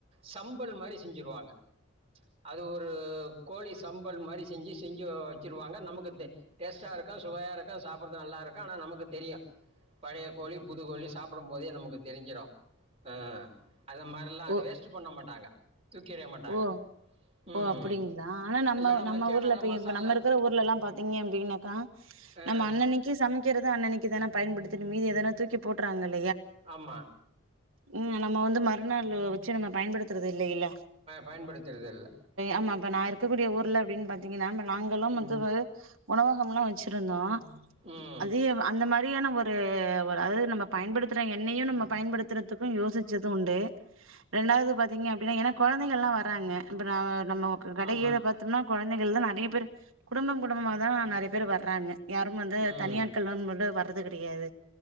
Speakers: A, on the right (about 25°); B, on the right (about 65°).
A: சம்பல் மாரி செஞ்சுடுவாங்க அது ஒரு கோழி சம்பல் மாரி செஞ்சு செஞ்சு வச்சருவாங்க நமக்கு டேஸ்ட்டாக இருக்கும் சுவையாக இருக்கும் சாப்பிட்றது நல்லா இருக்கும் ஆனால் நமக்கு தெரியும் பழைய கோழி புது கோழி சாப்பிடும் போதே நமக்கு தெரிஞ்சிடும் அ அது மாரிலா அது
B: ஓ
A: வேஸ்ட் பண்ண மாட்டாங்க தூக்கி எறிய மாட்டாங்க
B: ஓ
A: ம்
B: ஓ அப்டிங்களா ஆனா நம்ம
A: இல்லைன்னா
B: நம்ம
A: மக்கிய
B: ஊர்ல
A: நாள்
B: இப்ப
A: மசாலா
B: நம்ம இருக்கிற ஊர்ல எல்லா பாத்தீங்க அப்டின்னாக்கா
A: ஆ
B: நம்ம அன்னனைக்கு சமைக் க்கறது அன்னனைக்கு தான பயன்படுத்திட்டு மீது எதன தூக்கி போடறாங்க இல்
A: ஆமா
B: ம் நம்ம வந்து மறுநாள் வச்சு நம்ம பயன்படுத்துறது இல்லை இல்ல
A: பயன்படுத்துறதில்ல
B: ஆமா அப்ப நா இருக்க கூடிய ஊர்ல அப்டின் பாத்தீங்கன்னாம நாங்களு வந்து
A: ம்
B: வாரு உணவகம்ல்லா வச்சிருந்தோ
A: ம்
B: அதேம் அந்த மாரி ரியான ஒரு ஒரு அது நம்ம பயன்படுத்துற எண்ணையு நம்ம பயன்படுத்துறதுக்கு யோசிச்சது உண்டு ரெண்டாவது பாத் திங்க அப்டின்னா எனக் கொழ வராறங்க அப்பன வ நம்ம கடைகயில
A: ஆமாம்
B: பாத்தம்னா கொழந்தைகள்தா நெறைய பேர் குடும்பம் குடும்பமாதா நெறைய பேர்வர்றாங்க யாரும் வந்து
A: ம்
B: தனியாட்கள்லம் வடுவர் து கெடையாது